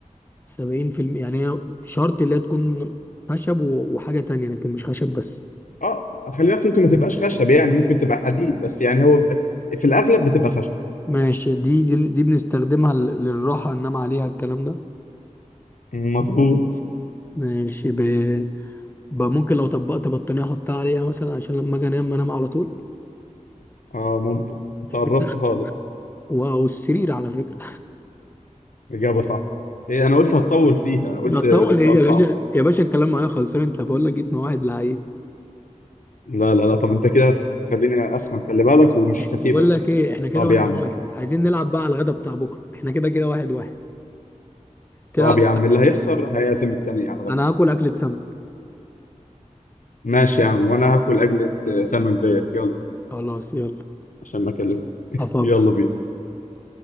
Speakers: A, on the left; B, on the left.
A: سبعين في المية يعني هي شرط اللي هي تكون خشب و- وحاجة تانية لكن مش خشب بس
B: اه خلي بالك ممكن ما تبقاش خشب يعني ممكن تبقى حديد بس يعني هو ب- في الأغلب بتبقى خشب
A: ماشي دي دي, دي بنستخدمها لل- للراحة ننام عليها الكلام ده
B: مظبوط
A: ماشي ب... ب... ممكن لو طبقت بطانية أحطها عليها مثلا عشان لما أجي أنام أنام على طول
B: اه ممكن انت
A: <laughs>
B: قربت خالص
A: و- والسرير على فكرة
B: إجابة صح إيه أنا قلت هتطول فيها قلت
A: بطول
B: سؤال
A: إيه يا
B: صعب
A: باشا يا باشا الكلام معايا خلصان أنت بقول لك جيت مع واحد لعيب
B: لا لا لا طب أنت كده هتخليني أسخن خلي بالك ومش هسيبك
A: بقول لك إيه إحنا كده
B: طب
A: واحد
B: يا عم
A: واحد عايزين نلعب بقى على الغدا بتاع بكرة إحنا كده كده واحد واحد تلعب
B: طب يا عم اللي هيخسر هيعزم التاني على الغدا
A: انا هاكل اكلة سمك
B: ماشي يا عم وانا هاكل اكلة آه، سمك زيك يلا
A: خلاص يلا
B: عشان ما اكلفك
A: افكر
B: يلا بينا